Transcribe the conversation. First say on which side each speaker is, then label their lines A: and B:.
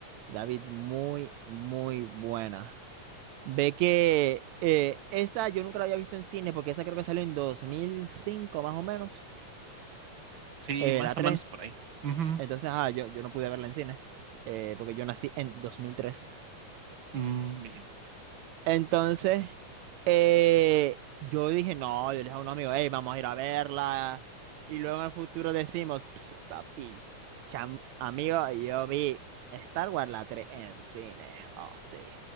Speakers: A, on the right; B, on the right.
A: David, muy, muy buena. Ve que eh, esa yo nunca la había visto en cine, porque esa creo que salió en 2005 más o menos.
B: Sí,
A: eh,
B: más
A: la tres
B: o menos por ahí. Ujú,
A: Entonces, ah, yo, yo no pude verla en cine, eh, porque yo nací en 2003
B: mm, mira,
A: entonces, eh, yo dije, no, yo le dije a un amigo, hey, vamos a ir a verla. Y luego en el futuro decimos, "Ps, papi, cham- amigo, yo vi Star Wars la tres en cine. Oh, sí.